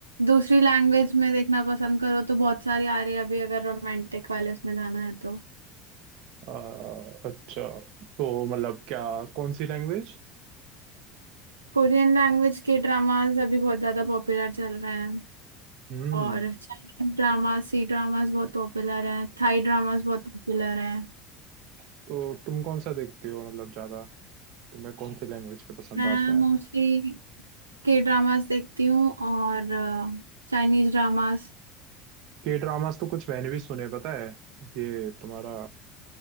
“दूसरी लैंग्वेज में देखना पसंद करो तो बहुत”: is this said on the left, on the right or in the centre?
Right